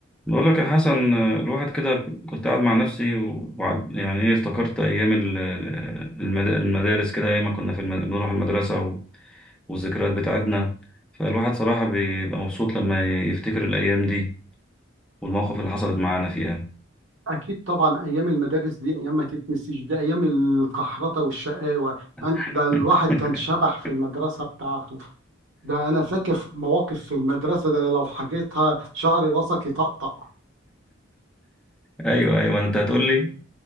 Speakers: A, in the centre; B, on the right.
A: بقول لك يا حسن الواحد كده كنت قاعد مع نفسي وبعد يعني ايه افتكرت ايام ال- ال- المد- المدارس كده ايام ما كنا في المد... بنروح المدرسه و... والذكريات بتاعتنا فالواحد صراحه بيبقى مبسوط لما يفتكر الايام دي والمواقف اللي حصلت معانا فيها
B: أكيد طبعا أيام المدارس دي أيام ما تتنسيش دي أيام القحرطة والشقاوة عند-
A: <laughs>
B: ده الواحد كان شبح في المدرسة بتاعته ده أنا فاكر في مواقف في المدرسة ده لو حكيتها شعر راسك يطقطق
A: ايوه ايوه انت هتقول لي